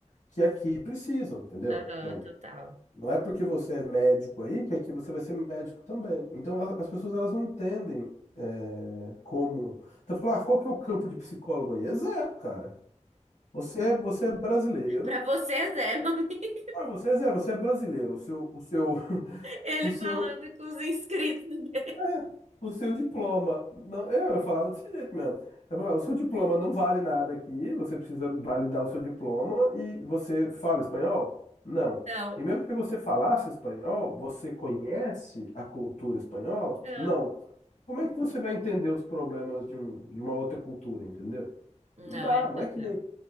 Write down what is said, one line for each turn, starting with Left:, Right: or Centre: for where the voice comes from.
Left: que aqui precisam, entendeu?
Right: Aham,
Left: Então,
Right: total.
Left: não é porque você é médico aí que aqui você vai ser médico também. Então a- as pessoas elas não entendem é, como. Então falar, ah, qual que é o campo de psicólogo aí? É zero, cara. Você é, você é brasileiro.
Right: Pra você é zero, <laughs> amiga.
Left: Ah, você é zero, você é brasileiro. O seu, o seu, <laughs>
Right: Ele
Left: o seu,
Right: falando com os inscritos dele.
Left: É, o seu diploma. Não, eu, eu falava desse jeito mesmo. Eu falava, o seu diploma não vale nada aqui, você precisa validar o seu diploma e você fala espanhol? Não.
Right: Não,
Left: E mesmo que você falasse espanhol, você conhece a cultura espanhola?
Right: não.
Left: Não. Como é que você vai entender os problemas de, um, de uma outra cultura, entendeu?
Right: Não,
Left: Não dá,
Right: é
Left: não
Right: total.
Left: é que nem